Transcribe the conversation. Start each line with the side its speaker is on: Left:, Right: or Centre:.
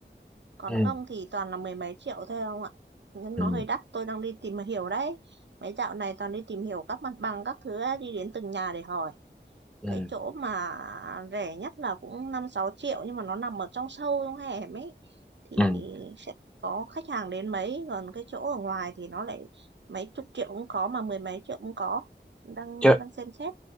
Right: còn
Centre: Ừ,
Right: không thì toàn là mười mấy triệu thôi không ạ nhưng
Centre: ừ,
Right: nó hơi đắt tôi đang đi tìm hiểu đấy mấy dạo này toàn đi tìm hiểu các mặt bằng các thứ ấy, đi đến từng nhà để hỏi
Centre: ừ,
Right: cái chỗ mà rẻ nhất là cũng năm sáu triệu nhưng mà nó nằm ở trong sâu trong hẻm ấy thì
Centre: ừ.
Right: sẽ có khách hàng đến mấy còn cái chỗ ở ngoài thì nó lại mấy chục triệu cũng có mà mười mấy triệu cũng có đang
Centre: Chứ,
Right: đang xem xét